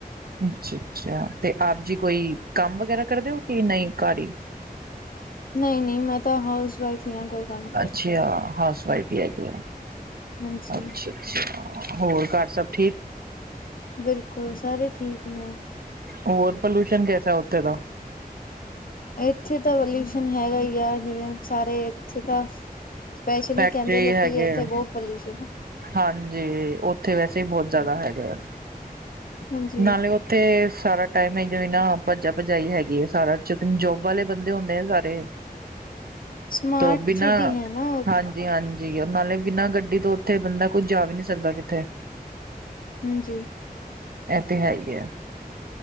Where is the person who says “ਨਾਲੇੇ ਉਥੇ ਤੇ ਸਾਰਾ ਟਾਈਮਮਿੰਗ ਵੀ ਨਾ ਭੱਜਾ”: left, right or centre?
Right